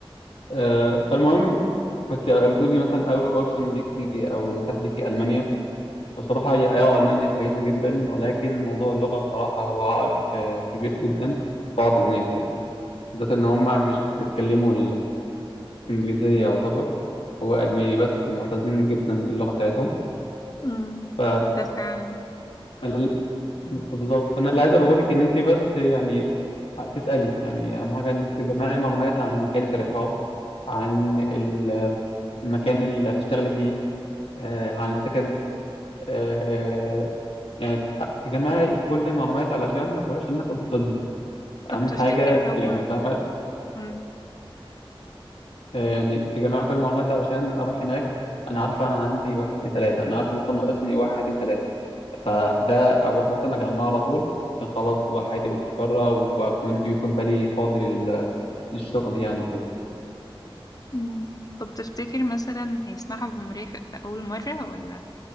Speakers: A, on the left; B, on the left.
A: آه، فالمهم كنت بتقولي مثلا اول اوبشن ليكي او متاح ليكي المانيا بصراحه هي اه المانيا كويسه جدا ولكن موضوع اللغه بصراحه هو عائق آه، كبير جدا بعض الناس يعني بالذات ان هم مش بيتكلموا الانجليزيه يعتبر هو الماني بس معتزين جدا باللغه بتاعتهم
B: امم
A: ف
B: ده فعلا
A: ال- فبالظبط فانا اللي عايز اقوله لك ان انت بس يعني تسالي يعني اهم حاجه انك تجمعي معلومات عن المكان اللي تريحاه عن ال- المكان اللي هتشتغلي فيه آه، عن السكن آه، يعني تع- تجمعي كل المعلومات علشان ما تروحيش هناك وتصدمي
B: طب
A: اهم
B: تفتكر
A: حاجه
B: هو
A: يعني فاهمه
B: مم.
A: آه، يعني تجمعي كل المعلومات علشان اروح هناك انا عارفه انا عندي واحد اتنين تلاته انا عارفه مثلا ناقصني واحد اتنين تلاته فده اروح مثلا اجمعه على طول عشان خلاص تبقى حياتي مستقره واكون يكون بالي فاضي لل للشغل يعني وكده
B: أمم. طب تفتكر مثلا هيسمحوا بمرافق في اول مره ولا